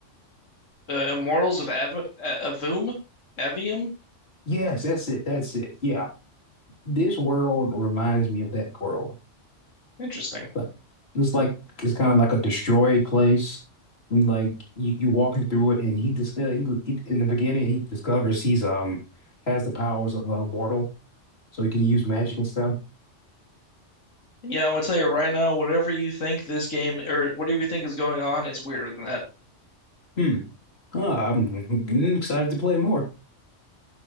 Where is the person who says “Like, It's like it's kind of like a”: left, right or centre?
Left